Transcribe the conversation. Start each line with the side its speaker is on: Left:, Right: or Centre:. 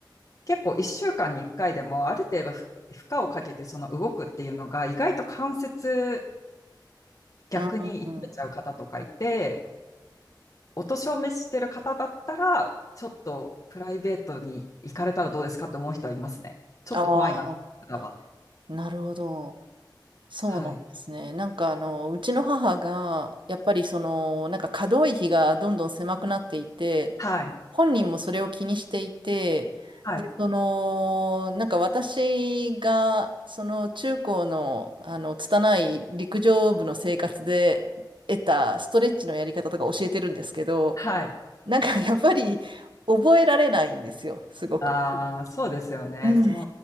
Left: 結構1週間に1回でもある程度ふ負荷をかけてその動くっていうのが意外と関節逆に痛めちゃう方とかいて、
Right: うんうんうん。
Left: お年を召してる方だったら、ちょっとプライベートに行かれたらどうですかって思う人はいますね。ちょっと怖いな、
Right: ああ、
Left: 方は。
Right: なるほど。そうなんですね。
Left: はい。
Right: なんかあの、うちの母が、やっぱりその、なんか可動域がどんどん狭くなっていて、
Left: はい。
Right: 本人もそれを気にしていて、
Left: はい。
Right: で、その、なんか私が、その中高の、あの、拙い陸上部の生活で得たストレッチのやり方とか教えてるんですけど、
Left: はい。
Right: なんかやっぱり覚えられないんですよ、すごく。
Left: ああ、そうですよね。
Right: うん。
Left: その、